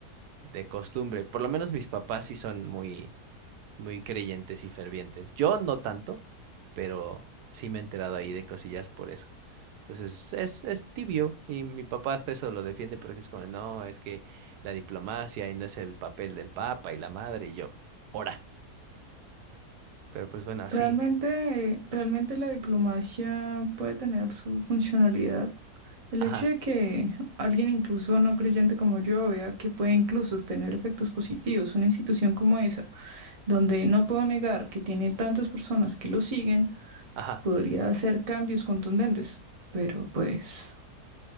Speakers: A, on the right; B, on the right.
A: de costumbre. Por lo menos mis papás sí son muy, muy creyentes y fervientes. Yo no tanto, pero sí me he enterado ahí de cosillas por eso. Entonces, es, es tibio y mi papá hasta eso lo defiende porque es como, no, es que la diplomacia y no es el papel del papa y la madre y yo, ora. Pero pues bueno, así,
B: Realmente, realmente la diplomacia puede tener su funcionalidad. El
A: ajá,
B: hecho de que alguien incluso no creyente como yo vea que puede incluso tener efectos positivos, una institución como esa, donde no puedo negar que tiene tantas personas que lo siguen,
A: ajá.
B: podría hacer cambios contundentes, pero pues...